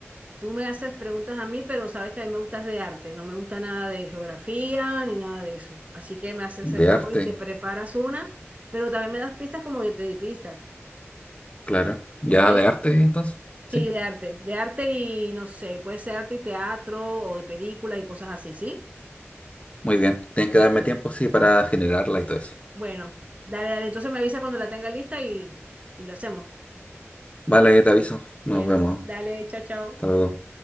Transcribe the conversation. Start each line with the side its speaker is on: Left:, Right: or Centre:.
Right: Tú me haces preguntas a mí, pero sabes que a mí me gustas de arte, no me gusta nada de geografía ni nada de eso. Así que me haces el
Left: De
Right: favor
Left: arte,
Right: y te preparas una, pero también me das pistas como yo te di pistas,
Left: claro. Ya
Right: ¿ok?
Left: de arte, entonces. Sí,
Right: Sí, de arte, de arte y no sé, puede ser arte y teatro o de películas y cosas así, ¿sí?
Left: muy bien. Tienes
Right: Bueno,
Left: que darme tiempo, sí, para generarla y todo eso.
Right: bueno, dale, dale, entonces me avisa cuando la tenga lista y, y lo hacemos.
Left: Vale, te aviso. Nos
Right: Bueno,
Left: vemos.
Right: dale, chao, chao.
Left: Hasta luego.